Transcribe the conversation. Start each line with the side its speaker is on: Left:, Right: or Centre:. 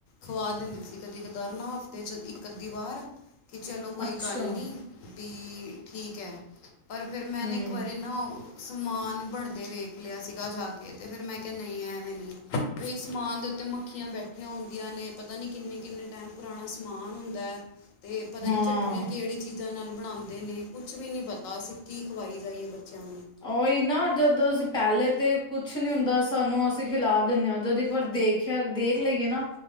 Left: ਖਵਾ ਦਿੰਦੀ ਸੀ ਕਦੀ ਕਦਾਰ ਨਾ ਹਫ਼ਤੇ ਚ ਇੱਕ ਅੱਧੀ ਵਾਰ ਕਿ ਚਲੋ ਕੋਈ
Centre: ਅੱਛਾ
Left: ਗੱਲ ਨੀ ਵੀ ਠੀਕ ਐ। ਪਰ ਫਿਰ ਮੈ
Centre: ਹਮ
Left: ਨਾ ਇੱਕ ਵਾਰੀ ਨ ਸਮਾਨ ਬਣਦੇ ਵੇਖ ਲਿਆ ਸੀਗਾ ਜਾ ਕੇ ਅਤੇ ਫਿਰ ਮੈਂ ਕਿਹਾ ਨਹੀਂ ਐਂਵੇਂ ਨੀ ਈ ਸਮਾਨ ਦੇ ਉੱਤੇ ਮੱਖੀਆਂ ਬੈਠੀਆਂ ਹੁੰਦੀਆਂ ਨੇ ਪਤਾ ਨੀ ਕਿੰਨੇ-ਕਿੰਨੇ ਟਾਈਮ ਪੁਰਾਣਾ ਸਮਾਨ ਹੁੰਦਾ ਹੈ। ਤੇ ਪਤਾ
Centre: ਹਾਂ
Left: ਨੀ ਚਝੱਟਣੀਆਂ ਕਿਹੜੀ ਚੀਜ਼ ਚੀਜ਼ਾਂ ਨਾਲ ਬਣਾਦੇ ਨੇ ਕੁਛ ਵੀ ਨੀ ਪਤਾ ਅਸੀ ਕੀ ਖਵਾਈ ਜਾਈਏ ਬੱਚਿਆਂ ਨੂੰ
Centre: ਉਹੀ ਨਾ ਜਦੋਂ ਅਸੀਂ ਪਹਿਲੇ ਤੇ ਕੁਛ ਨੀ ਹੁੰਦਾ ਸਾਨੂੰ ਅਸੀਂ ਖਿਲਾ ਦਿੰਨੇ ਆ ਜਦੋਂ ਇੱਕ ਵਾਰ ਦੇਖ ਖਿਆਲ ਦੇਖ ਲਈਏ ਨਾ,